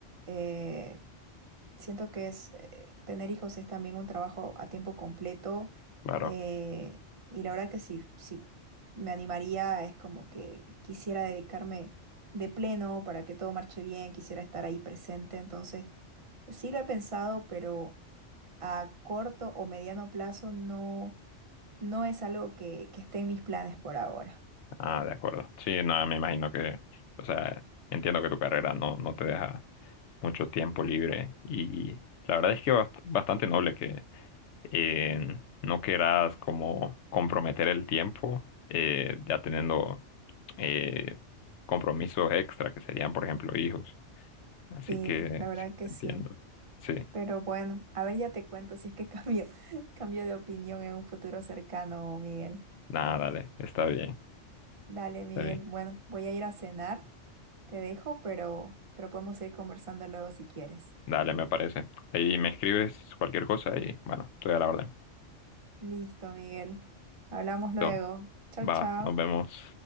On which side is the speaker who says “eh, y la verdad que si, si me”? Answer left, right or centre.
Right